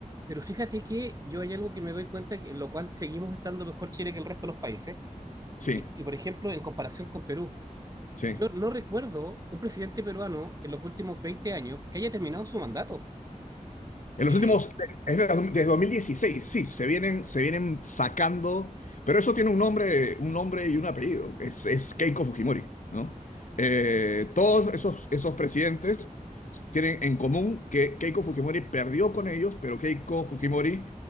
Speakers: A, on the right; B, on the left.
A: Pero fíjate que yo hay algo que me doy cuenta que- en lo cual seguimos estando mejor Chile que el resto de los países.
B: Sí,
A: Y, y, por ejemplo, en comparación con Perú,
B: sí.
A: Yo no recuerdo un presidente peruano en los últimos 20 años que haya terminado su mandato.
B: En
A: Eh,
B: los últimos, es de- desde 2016, sí, se vienen, se vienen sacando, pero eso tiene un nombre, un nombre y un apellido, es, es Keiko Fujimori, ¿no? Eh, todos esos, esos presidentes tienen en común que Keiko Fujimori perdió con ellos, pero Keiko Fujimori